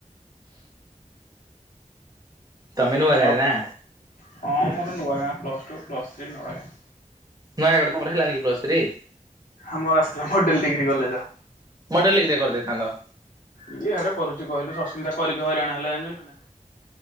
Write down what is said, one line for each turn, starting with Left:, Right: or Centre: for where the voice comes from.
Right: ତମେ ନୁଆ ଗାଆଁରେ
Left: ଆଉ
Right: ନା?
Left: ହଁ ମୋର ନୂଆ ଗାଁ plus two plus three Nuagaon.
Right: Nayagarh ତମର ହେଲାନି କି ପ୍ଲସ ଥ୍ରୀ?
Left: ଆମର ଆସିଥିଲା ମଡେଲ ଡିଗ୍ରୀ କଲେଜ।
Right: ମଡେଲ ଡିଗ୍ରୀରେ କରିଦେଇଥାନ୍ତ।
Left: ଇଏହାର କରୁଛି କହିଲୁ ଶସ୍ମିତା କରିକି ହଇରାଣ ହେଲା ନା ନା।